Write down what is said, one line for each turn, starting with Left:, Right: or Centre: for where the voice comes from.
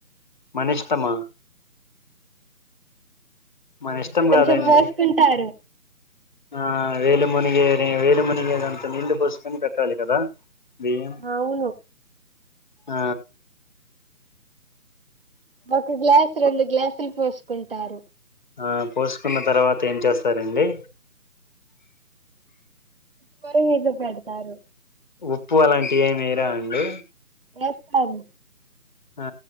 Left: మనిష్టమా? మనిష్టం
Right: కొంచెం
Left: కాదండి.
Right: పోసుకుంటారు
Left: ఆ వేలుమునిగే నే వేలుమునిగెదంతా నీళ్లు పోసుకొని పెట్టాలి కదా. బియ్యం
Right: అవును
Left: ఆ
Right: ఒక గ్లాసు రెండు గ్లాసులు పోసుకుంటారు.
Left: ఆ పోసుకున్న తర్వాత ఏం చేస్తారండి.
Right: పొయి మీద పెడతారు.
Left: ఉప్పు అలాంటియి ఏం ఏయారా అండి.
Right: ఏస్తాము
Left: ఆ